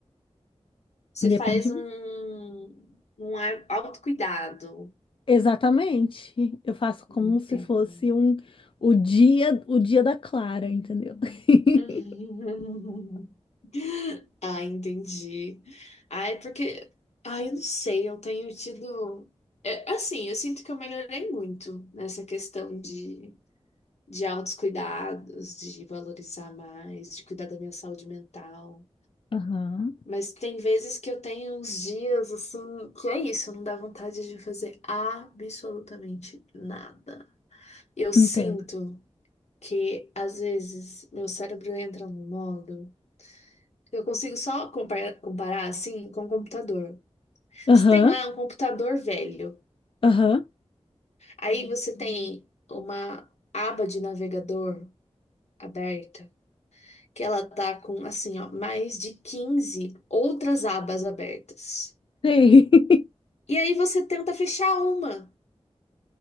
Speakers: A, on the left; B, on the left.
A: Você
B: depende.
A: faz um, um a- autocuidado.
B: Exatamente. Eu faço como
A: Entendo.
B: se fosse um o dia, o dia da Clara, entendeu? <laughs>
A: <laughs> Ah, entendi. Ah, é porque. Ah, eu não sei, eu tenho tido. é, assim, eu sinto que eu melhorei muito nessa questão de, de autocuidados, de valorizar mais, de cuidar da minha saúde mental.
B: Aham,
A: Mas tem vezes que eu tenho uns dias assim, que é isso, não dá vontade de fazer absolutamente nada. Eu sinto
B: entendo.
A: que, às vezes, meu cérebro entra num modo. que Eu consigo só compar- comparar assim com o computador. Você
B: Aham,
A: tem lá um computador velho.
B: aham,
A: Aí você tem uma aba de navegador aberta, que ela tá com assim, ó, mais de 15 outras abas abertas.
B: sei. <laughs>
A: E aí você tenta fechar uma